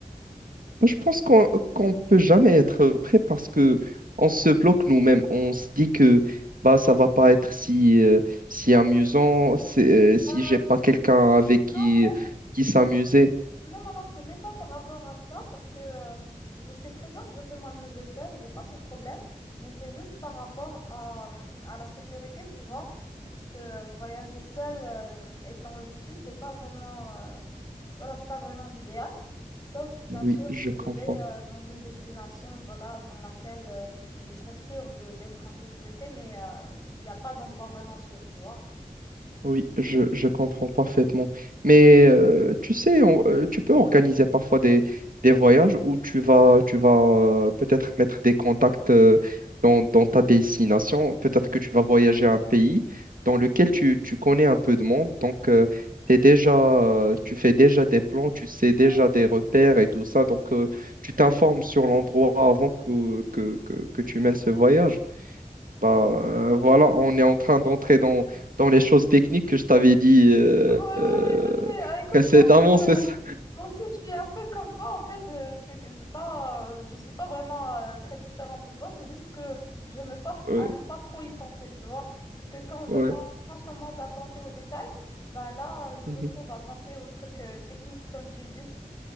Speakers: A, on the right; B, on the left.
A: Je pense qu'on qu'on peut jamais être prêt parce que on se bloque nous-mêmes. On se dit que bah ça va pas être si euh, si amusant si, euh, si
B: Euh,
A: j'ai pas quelqu'un avec qui
B: non, en fait,
A: qui s'amuser.
B: Non, non, non, c'est même pas par rapport à ça, parce que euh, je sais très bien que je peux m'amuser seule, j'ai pas ce problème, mais c'est juste par rapport à, à la sécurité, tu vois, parce que euh, voyager seule, euh, étant une fille, c'est pas vraiment, euh, voilà, c'est pas vraiment l'idéal, sauf bien
A: Oui,
B: sûr
A: je
B: si
A: comprends.
B: je vais euh, dans une destination, voilà, dans laquelle euh, je serais sûre de, d'être en sécurité, mais euh, il n'y a pas d'endroit vraiment sûr, tu vois.
A: Oui, je, je comprends parfaitement. Mais euh, tu sais, on- euh, tu peux organiser parfois des, des voyages où tu vas, tu vas euh, peut-être mettre des contacts euh, dans, dans ta destination. Peut-être que tu vas voyager à un pays dans lequel tu, tu connais un peu de monde. Donc, euh, t'es déjà, euh, tu fais déjà des plans, tu sais
B: Ouais,
A: déjà des repères et tout ça. Donc, euh, tu t'informes sur l'endroit avant que, que, que, que tu mènes ce voyage. Bah, euh, voilà,
B: ouais,
A: on est en train d'entrer dans, dans les choses techniques que je t'avais dit euh,
B: Ouais, ouais,
A: euh,
B: ouais, je sais. Ah, écoute,
A: précédemment,
B: moi aussi,
A: <laughs> c'est
B: euh,
A: ça.
B: moi aussi, je suis un peu comme toi, en fait. euh, c'est que c'est pas, euh, je suis pas vraiment euh, très différente de toi. C'est juste que je me force
A: Ouais,
B: à ne pas trop y penser, tu vois. Parce que quand je
A: ouais.
B: pense, quand je commence à penser aux détails, bah là, je me
A: Mhm.
B: retrouve à penser aux trucs euh, techniques, comme tu dis.